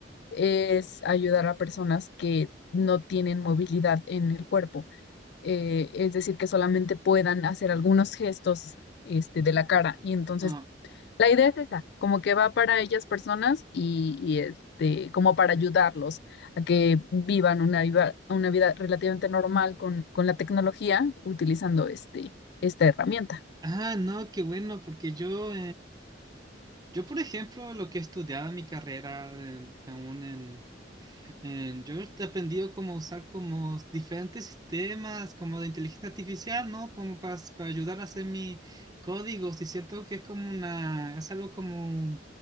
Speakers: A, on the left; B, on the right.
A: es ayudar a personas que no tienen movilidad en el cuerpo. eh, es decir, que solamente puedan hacer algunos gestos este, de la cara. Y entonces,
B: ah,
A: la idea es esa, como que va para ellas personas y, y, este, como para ayudarlos a que vivan una, viva- una vida relativamente normal con, con la tecnología utilizando este, esta herramienta.
B: ah, no, qué bueno, porque yo, Yo, por ejemplo, lo que he estudiado en mi carrera, en- aún en, en- yo he aprendido cómo usar como diferentes sistemas, como de inteligencia artificial, ¿no? Como para, para ayudar a hacer mis códigos. Y siento que es como una, es algo como